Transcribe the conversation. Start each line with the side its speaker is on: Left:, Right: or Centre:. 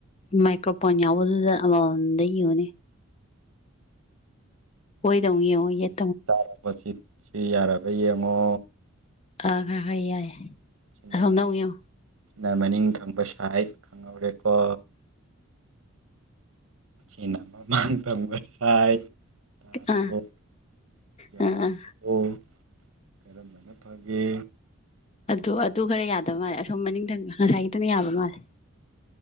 Left: ꯃꯥꯏꯀ꯭ꯔꯣꯐꯣꯟ ꯌꯥꯎꯕꯗꯨꯗ ꯑꯃꯃꯝꯗ ꯌꯦꯡꯎꯅꯦ ꯑꯣꯏꯗ ꯑꯃꯨꯛ ꯌꯦꯡꯉꯨ ꯌꯦꯠ
Right: <unintelligible> ꯁꯤ ꯌꯥꯔꯕ ꯌꯦꯡꯉꯣ
Left: ꯑ ꯈꯔ ꯈꯔ ꯌꯥꯏ
Right: ꯁꯤꯅ
Left: ꯑꯁꯣꯝꯗ
Right: ꯃꯅꯤꯡ
Left: ꯑꯃꯨꯛ ꯌꯦꯡꯎ
Right: ꯁꯤꯅ ꯃꯅꯤꯡ ꯊꯪꯕ ꯁꯥꯏꯠ ꯈꯪꯍꯧꯔꯦꯀꯣ ꯁꯤꯅ ꯑꯃꯨꯛ ꯃꯥꯡꯊꯪꯕꯁꯥꯏ ꯇꯥꯔꯕꯣ
Left: ꯑꯥ
Right: ꯌꯥꯔꯕꯣ
Left: ꯑꯥ ꯑꯥ
Right: ꯀꯔꯝꯕꯅ ꯐꯒꯦ
Left: ꯑꯗꯨ ꯑꯗꯨ ꯈꯔ ꯌꯥꯗꯕ ꯃꯥꯜꯂꯦ ꯑꯁꯣꯝ ꯃꯅꯤꯡꯊꯪ ꯉꯁꯥꯏꯒꯤꯗꯨꯅ ꯌꯥꯕ ꯃꯥꯜꯂꯦ